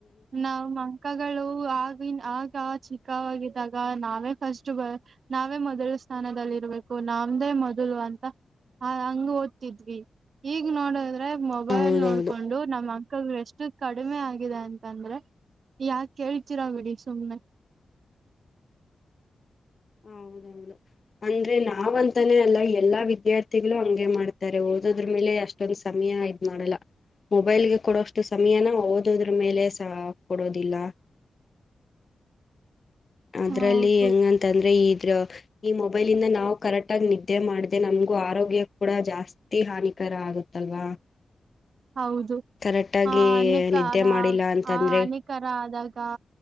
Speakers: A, on the right; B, on the left.
A: ನವು ಮ್ ಅಂಕಗಳು ಆಗಿನ್ ಆಗ ಚಿಕ್ಕವಾಗಿದ್ದಾಗ ನಾವೇ ಫಸ್ಟ್ ಬ ನಾವೇ ಮೊದಲು ಸ್ಥಾನದಲ್ಲಿರ್ಬೇಕು ನಮ್ದೇ ಮೊದಲು ಅಂತ ಹಂಗ ಓದ್ತಿದ್ವಿ ಈಗ ನೋಡ <unintelligible> ಮೊಬೈಲ್
B: ಹೌದೌದು
A: ನೋಡ್ಕೊಂಡು ನಮ್ಮ ಅಂತ <unintelligible> ಅಂಕಗಳು ಎಷ್ಟು <unintelligible> ಕಡಿಮೆ ಆಗಿದೆ ಅಂತಂದ್ರೆ ಯಾಕ ಕೇಳ್ತೀರಾ ಬಿಡಿ ಸುಮ್ನೆ
B: ಹೌದೌದು ಅಂದ್ರೆ ನಾವಂತಾನೇ ಅಲ್ಲ ಎಲ್ಲಾ ವಿದ್ಯಾರ್ಥಿಗಳು ಹಂಗೆ ಮಾಡ್ತಾರೆ ಓದೋದ್ರ ಮೇಲೆ ಅಷ್ಟೊಂದ ಸಮಯ ಇದ್ ಮಾಡಲ್ಲ ಮೊಬೈಲ್ಗೆ ಕೊಡೋಷ್ಟು ಸಮಯನ ಓದೋದ್ರ ಮೇಲೆ ಸಹ ಕೊಡೋದಿಲ್ಲ <unintelligible> ಅದ್ರಲ್ಲಿ
A: ಹೌದು
B: ಹೆಂಗಂತಂದ್ರೆ ಇದ್ರ <unintelligible> ಈ ಮೊಬೈಲ್ ಇಂದ ನಾವು ಕರೆಕ್ಟ್ ಆಗ ನಿದ್ದೆ ಮಾಡ್ದ ನಮಗೂ ಆರೋಗ್ಯ ಕೂಡ ಜಾಸ್ತಿ ಹಾನಿಕರ ಆಗುತ್ತಲ್ವಾ <unintelligible>
A: ಹೌದು
B: ಕರೆಕ್ಟಾಗಿ
A: ಆ ಅನೇಕ
B: ನಿದ್ದೆ ಮಾಡಿಲ್ಲ ಅಂತಂದ್ರೆ
A: ಆ ಅನೇಕಾರ ಆದಾಗ